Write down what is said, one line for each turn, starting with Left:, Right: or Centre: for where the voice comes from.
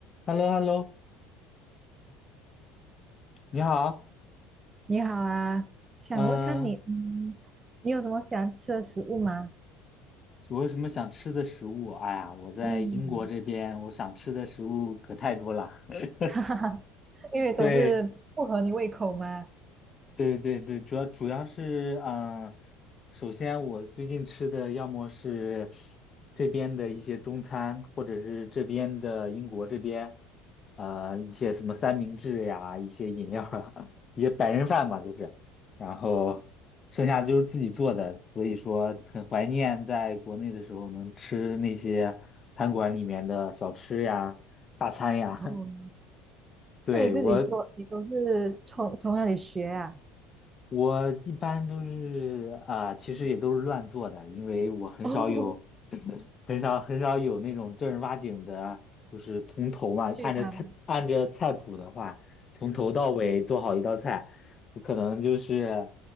Left: h e l l o h e l l o 你好，
Right: 你好啊，想问看你，
Left: 嗯、
Right: 嗯，你有什么喜欢吃的食物吗？
Left: 我有什么想吃的食物？哎呀，我在英国这边，
Right: 嗯，
Left: 我想吃的食物可太多了。<laughs>
Right: <laughs> 哈哈哈，因为都是不合你胃口嘛。
Left: 对，对对对，主要主要是，嗯、首先我最近吃的要么是这边的一些中餐，或者是这边的英国这边，呃，一些什么三明治呀，一些饮料啊，<laughs> 一些白人饭嘛，就是，然后剩下的就是自己做的，所以说很怀念在国内的时候能吃那些餐馆里面的小吃呀、大餐呀。
Right: 哦，
Left: <laughs> 对，
Right: 那你自己做，
Left: 我
Right: 你都是从从哪里学啊？
Left: 我一般都是啊、其实也都是乱做的，因为我很少有
Right: 哦，
Left: 很少很少有那种正儿八经的，就是从头嘛，
Right: 聚餐的。
Left: 按着菜按着菜谱的话，从头到尾做好一道菜，我可能就是